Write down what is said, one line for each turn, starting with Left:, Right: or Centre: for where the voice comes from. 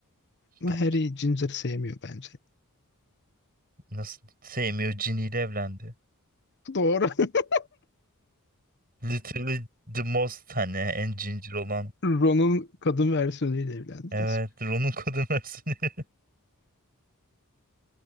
Left: Ama
Right: Bence.
Left: Harry Ginger sevmiyor bence.
Right: Nasıl sevmiyor Ginny ile evlendi.
Left: Doğru. <laughs>
Right: Literally the most hani en cincir olan.
Left: Ron'un kadın versiyonuyla evlendi
Right: Evet,
Left: resmen.
Right: Ron'un kadın versiyonu. <laughs>